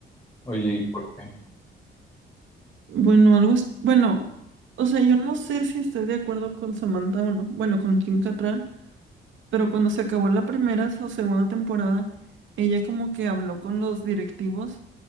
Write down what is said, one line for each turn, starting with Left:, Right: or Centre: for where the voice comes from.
Left: Oye, ¿y por qué?
Right: Bueno, algo es, bueno, o sea, yo no sé si estoy de acuerdo con Samantha o no, bueno, con Kim Cattrall, pero cuando se acabó la primera o segunda temporada, ella como que habló con los directivos